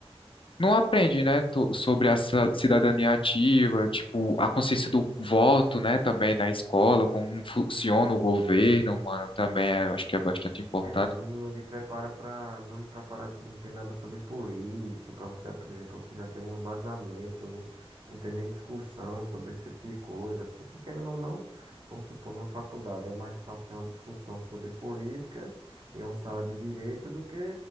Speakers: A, on the left (about 55°); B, on the right (about 50°).
A: não aprende, né, tu- sobre a ci- cidadania ativa, tipo, a consciência do voto, né, também na escola, como funciona o governo, mano, também é- eu acho que é bastante importante.
B: É, não, não lhe prepara para, não lhe prepara, não tem nada sobre política para você aprender, para você já ter um embasamento, não, não tem nem discussão sobre esse tipo de coisa. Porque querendo ou não, vamos supor, numa faculdade é mais fácil ter uma discussão sobre política em uma sala de direito do que